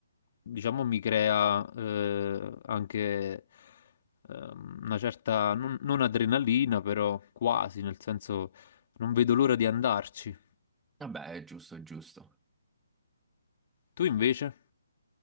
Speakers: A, on the left; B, in the centre.
A: diciamo mi crea eh, anche ehm, una certa non, non adrenalina però quasi nel senso non vedo l'ora di andarci
B: Vabbè, è giusto, è giusto.
A: tu invece?